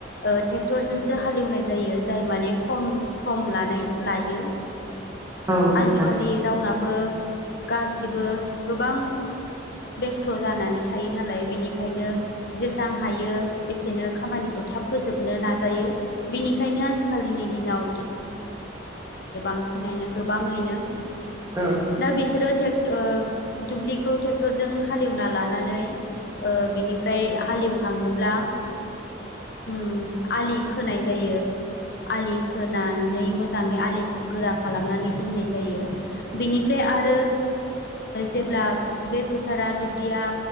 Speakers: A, on the left (about 60°); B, on the right (about 20°).
A: ट्रेक्टरजोंसो हालेवनाय जायो जाय माने खम सम लानाय लायो। आजिखालि
B: औ नोंथां
A: रावनाबो गासिबो गोबां बेस्थ' जानानै थायो नालाय बेनिखायनो जेसां हायो एसेनो खामानिखौ। थाब फोजोबनो नाजायो बेनिखायनो आजिखालिनि दिनाव। बांसिनैनो गोबाङैनो
B: औ
A: दा बिसोरो ट्रेक्टर ओ दुब्लिखौ ट्रे ट्रेक्टरजों हालएवना लानानै बिनिफ्राय हाले एवखाङोब्ला ओम आलि खोनाय जायो। आलि खोनानै मोजाङै आलिखौ गोरा खालामनानै दोननाय जायो बेनिफ्राय आरो जेब्ला बे फोथारा दुब्लिया